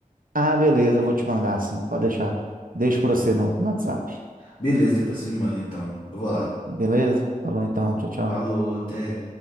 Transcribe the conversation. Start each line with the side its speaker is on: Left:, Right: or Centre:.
Right: Ah, beleza, eu vou te mandar assim, pode deixar. Deixo pra você no no WhatsApp.
Left: Beleza, depois você me manda então. Eu vou lá.
Right: Beleza? Falou então, tchau, tchau.
Left: Falou, até.